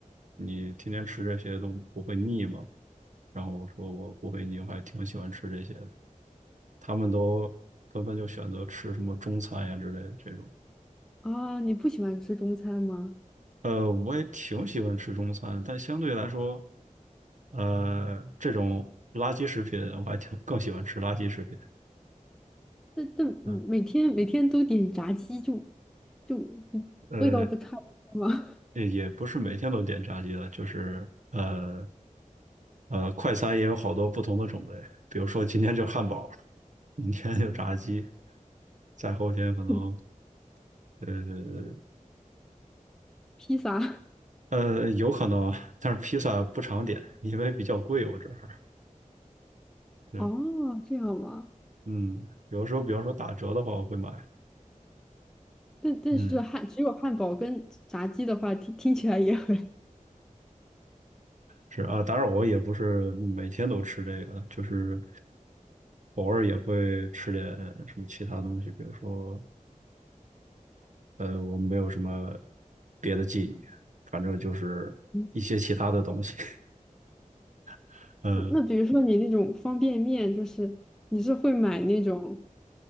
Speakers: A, on the right; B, in the centre.
A: 你天天吃这些都不会腻吗？然后我说我不会腻，我还挺喜欢吃这些的。他们都纷纷就选择吃什么中餐呀之类的这种。
B: <laughs> 啊。你不喜欢吃中餐吗？
A: 呃，我也挺喜欢吃中餐，但相对来说，呃，这种垃圾食品我还挺更喜欢吃垃圾食品。
B: 但但嗯每天每天都点炸鸡就
A: 嗯，
B: 就不味道不差不多吗？
A: 呃，也也不是每天都点炸鸡的，就是呃呃，快餐也有好多不同的种类，比如说今天就汉堡，明天就炸鸡，再后天可能。
B: <laughs>
A: 呃，
B: 披萨
A: 呃，有可能啊，但是披萨不常点，因为比较贵，我这儿。对，
B: 哦，这样吗？
A: 嗯，有的时候，比方说打折的话，我会买。
B: 但但是汉只有汉堡跟炸鸡的话，
A: 嗯，
B: 听听起来也很…… <laughs>
A: 是啊，当然我也不是每天都吃这个，就是偶尔也会吃点什么其他东西，比如说，呃，我没有什么别的记忆，反正就是一些其他的东西。
B: 嗯
A: <laughs> 嗯，
B: 那比如说你那种方便面，就是你是会买那种